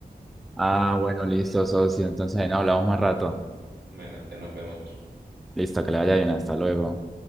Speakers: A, in the centre; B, on the right (about 80°).
A: Ah, bueno, listo, socio. Entonces ahí nos hablamos más rato.
B: Bueno, entonces nos vemos, socio.
A: Listo, que le vaya bien. Hasta luego.